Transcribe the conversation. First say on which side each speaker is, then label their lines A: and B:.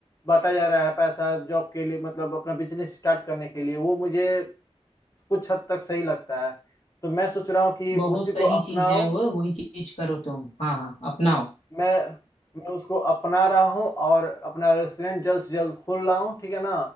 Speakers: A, on the left (about 30°); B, on the left (about 85°).
A: बांटा जा रहा है पैसा जॉब के लिए मतलब अपना बिजनेस स्टार्ट करने के लिए वो मुझे कुछ हद तक सही लगता है तो मैं सोच रहा हूँ कि
B: बहुत
A: उसी
B: सही
A: को अपनाओ
B: चीज है वो वही चीज करो तुम हाँ हाँ अपनाओ
A: मैं मैं उसको अपना रहा हूँ और अपना रेस्टोरेंट जल्द से जल्द खोल रहा हूँ ठीक है ना